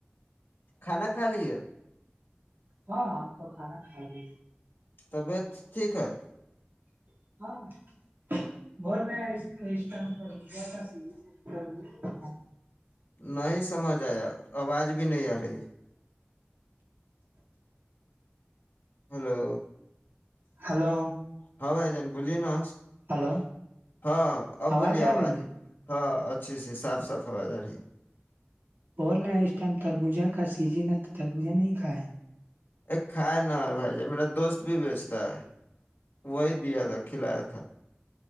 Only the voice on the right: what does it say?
ہاں ہم تو کھانا کھلائے
<unintelligible>
ہلو
ہلو
آواز آ
رہی ہے
بول رہے اس ٹائم تربوجا کا سیجن تو تربوجا نہیں کھا ہے